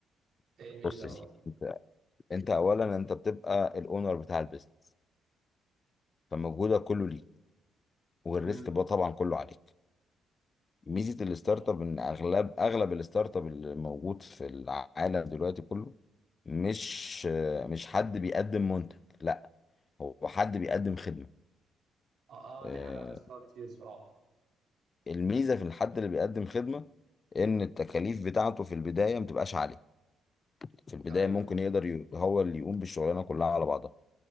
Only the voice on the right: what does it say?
ايه الميزه
يا
عمر؟
امم
صح
اه
آه، دي حاجة لاحظتها كتير صراحة
ايوه